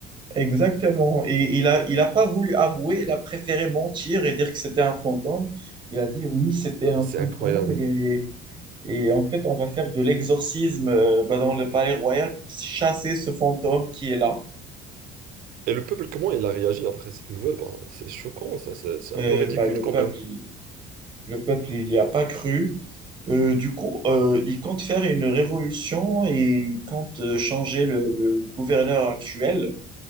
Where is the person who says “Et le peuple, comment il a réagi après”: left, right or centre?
Right